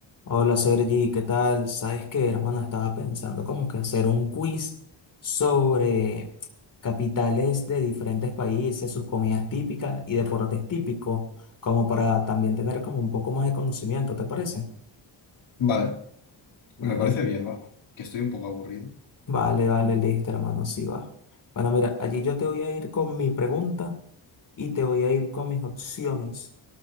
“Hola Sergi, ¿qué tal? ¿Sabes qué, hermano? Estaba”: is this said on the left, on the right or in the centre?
Left